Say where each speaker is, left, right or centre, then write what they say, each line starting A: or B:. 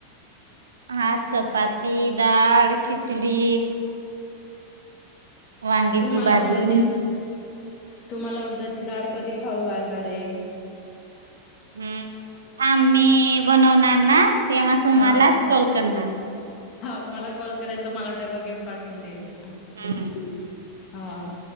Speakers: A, on the right; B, on the left.
A: आज चपाती, डाळ, खिचडी. वांग्याची
B: तूम्हाला
A: भाजी
B: उडदाचे तु मला उडदाची डाळ कधी खाऊ घालणार आहे.
A: हम्म आम्ही बनवणार ना तेव्हा तुम्हाला
B: हा.
A: कॉल करणार.
B: हो मला कॉल करायच मला डबा घेऊन पाठवून द्यायच.
A: हम्म
B: हा